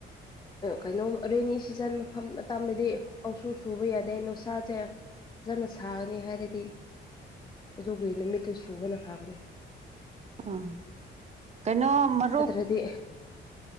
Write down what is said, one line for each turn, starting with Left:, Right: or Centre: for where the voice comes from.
Left: ꯀꯩꯅꯣ ꯔꯦꯅꯤ ꯁꯤꯖꯟ ꯃꯐꯝ ꯃꯇꯝꯗꯗꯤ ꯄꯪꯁꯨ ꯁꯨꯕ ꯌꯥꯗꯦ ꯅꯨꯡꯁꯥꯁꯦ ꯐꯖꯅ ꯁꯥꯒꯅꯤ ꯍꯥꯏꯔꯗꯤ ꯑꯗꯨꯒꯤ ꯅꯨꯃꯤꯠꯇꯨ ꯁꯨꯕꯅ ꯐꯒꯅꯤ
Right: ꯑꯥ ꯀꯩꯅꯣ ꯃꯔꯨꯞ
Left: ꯍꯥꯏꯗꯤ